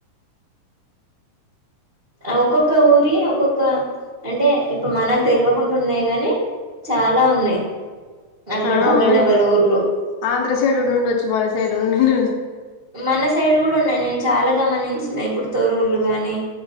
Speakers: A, on the right (about 50°); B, on the left (about 75°).
A: ఒక్కొక్క ఊరి ఒక్కొక్క అంటే ఇప్పుడు మనకు తెలివకుండా ఉన్నాయి గాని, చాలా ఉన్నాయి. అట్లా
B: ఆ
A: డబల్
B: ఉన్నాయి
A: డబల్ ఊర్లు
B: ఆంధ్రసైడ్‌ ఉండిండొచ్చు మన ఇడ ఉండిను
A: మన సైడ్ కూడా ఉన్నాయి నేను చాలా గమనించినా ఇప్పుడు తోరూర్లు గాని